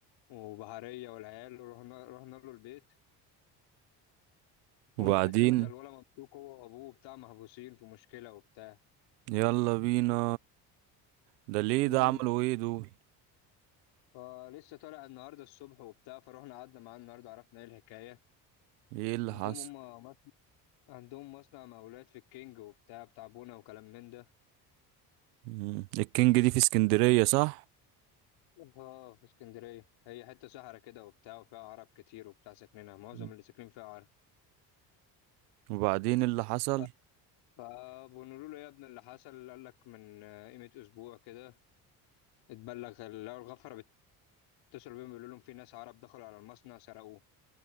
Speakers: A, on the left (about 75°); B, on the right (about 80°).
A: وبهاريه والعيال رحنا رحنا له البيت
B: وبعدين
A: امه قالت لنا ده الولا مبسوط هو وابوه بتاع محبوسين في مشكله وبتاع
B: يلا بينا ده ليه
A: امم
B: ده عملوا ايه دول
A: فلسه طالع النهارده الصبح وبتاع فروحنا قعدنا معاه النهارده عرفنا ايه الحكايه
B: ايه اللي
A: عندهم
B: حصل
A: هم مص- عندهم مصنع مقاولات في الكينج وبتاع بتاع بونا وكلام من ده
B: مم. الكينج دي في اسكندريه صح
A: اه في اسكندريه هي حته صحرا كده وبتاع وفيها عرب كتير وبتاع ساكنينها معظم
B: مم.
A: اللي ساكنين فيها عرب
B: وبعدين إيه اللي حصل
A: ف- فبنقول له يا ابني اللي حصل قال لك من آه، قيمه اسبوع كده اتبلغ لقوا الغفره بيتصلوا بيهم بيقولوا لهم في ناس عرب دخلوا على المصنع سرقوه